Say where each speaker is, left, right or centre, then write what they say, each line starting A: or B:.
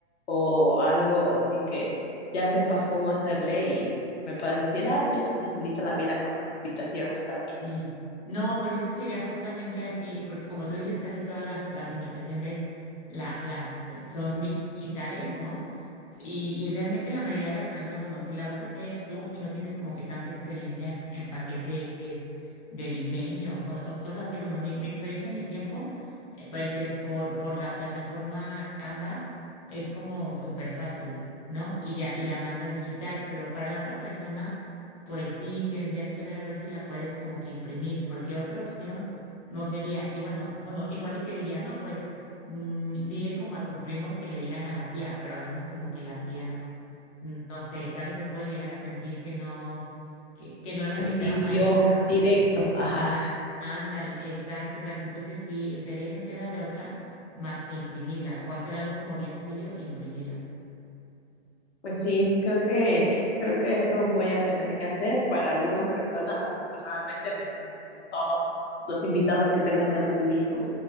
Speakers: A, on the left; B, on the left.
A: o algo así que ya sepas cómo hacerle y me puedas decir, ah, yo te facilito la vida con las invitaciones también.
B: Sí. No, pues es que sería justamente así, porque como tú dices, casi todas las, las invitaciones la- las son digitales, ¿no? Y, y realmente la mayoría de las personas, bueno, si la vas a hacer tú y no tienes como que tanta experiencia en, en paquetes de diseño o, cos- o cosas así, bueno, ni, ni experiencia ni tiempo, eh, pues, este, por, por la plataforma Canvas es como súper fácil, ¿no? Y ya, y la mandas digital, pero para la otra persona, pues sí tendrías que ver a ver si la puedes como que imprimir, porque otra opción no sería, y bueno, bueno, igual y te diría, no, pues. Mm, dile como a tus primos que le digan a la tía, pero a veces como que la tía, n- no sé, ¿sabes? Se puede llegar a sentir que no, que, que no la
A: Pues
B: invitaron
A: sí, vio
B: a ella, pero
A: directo,
B: que,
A: ajá.
B: ándale, exacto, exacto. Entonces sí, o sea, de ahí no queda de otra más que imprimirla o hacer algo como bien sencillo e imprimirla.
A: Pues sí, creo que, creo que eso voy a tener que hacer para algunas personas, afortunadamente, no es como que sea todos los invitados que tengan que recibir su